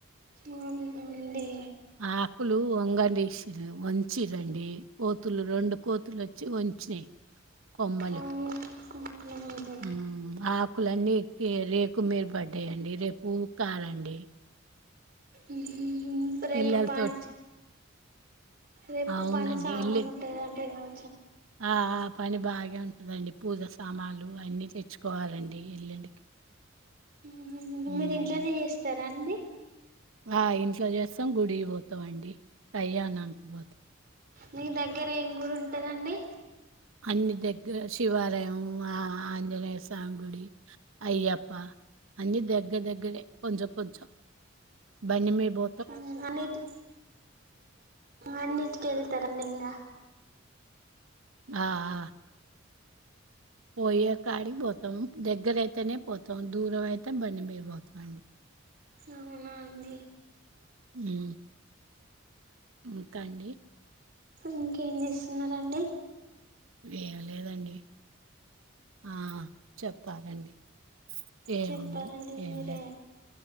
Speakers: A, on the right; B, on the right.
A: అవునా అండి
B: ఆకులు ఒంగ వంచిరండి పోతులు రెండు కోతులు వచ్చి వంచినయి కొమ్మలు
A: అవును అవునండి
B: ఆమ్ ఆకులన్నీ రేకు మీద పడ్డాయి అండి రేపు ఊకాలండి
A: ఆమ్ ఆహ్ ఉమ్ రేపు
B: పిల్లలతోటి
A: పాంచ్ రేపు
B: అవునండి.
A: పని చాన
B: ఎల్లుం
A: ఉంటది అంటే కాబ
B: ఆ ఆ పని బాగే ఉంటదండి పూజస్ సామాన్లు అన్ని తెచ్ తెచ్చుకోవాలండి ఎల్లుండికి
A: ఊఉ
B: హ్మ్.
A: మీరు ఇంట్లోనే చేస్తారా అండి
B: ఆ ఇంట్లో చేస్తాం గుడికి పోతాం అండి అయ్యా అనానికి పోత్
A: మీ దగ్గర ఏం కూర ఉంటదండి
B: అన్ని దగ్గర శివాలయం ఆంజనేయ సామి గుడి అయ్యప్ప అన్ని దగ్గర దగ్గరే కొంచెం కొంచెం బండి పో
A: అ అన్నిటికి అన్నింటికి వెళ్తారండి. ఇగా
B: ఆ అ పోయే కాడి బో దగ్గర అయితేనే పోతాం దూరం అయితే బండి మీరి పోతామండి
A: అవునా అండి
B: ఊ ఇంకా అండి
A: ఇంకేం చేస్తున్నారండి
B: ఏమి లేదండి. ఆ చెప్పాలండి. ఏముంది
A: చెప్పాలండి
B: ఏం
A: మీరే
B: లేదు